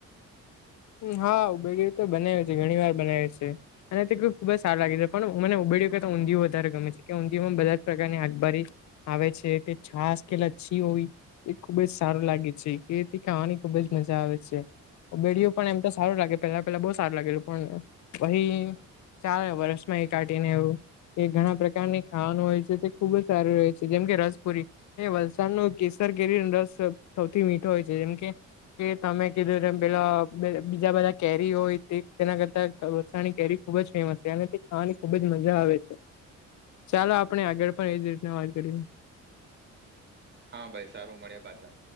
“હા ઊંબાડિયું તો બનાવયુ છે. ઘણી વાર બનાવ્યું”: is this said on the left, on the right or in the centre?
Left